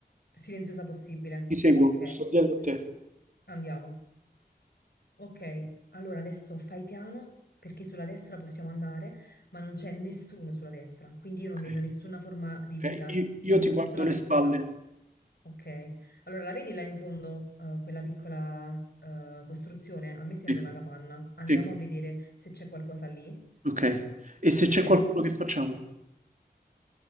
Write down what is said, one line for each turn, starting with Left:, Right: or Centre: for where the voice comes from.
Left: silenziosa possibile.
Right: ti seguo,
Left: Ok,
Right: sto dietro a te.
Left: andiamo. Ok, allora adesso fai piano perché sulla destra possiamo andare, ma non c'è nessuno sulla destra, quindi io non
Right: Ok,
Left: vedo nessuna forma di
Right: ok,
Left: vita,
Right: Io, io
Left: mm,
Right: ti guardo
Left: nessuna
Right: le
Left: persona.
Right: spalle.
Left: Ok, allora la vedi là in fondo, eh, quella piccola, eh, costruzione? A me sembra
Right: Sì,
Left: una capanna. Andiamo
Right: sì,
Left: a vedere se c'è qualcosa lì.
Right: ok. E se
Left: Ok?
Right: c'è qualcuno che facciamo?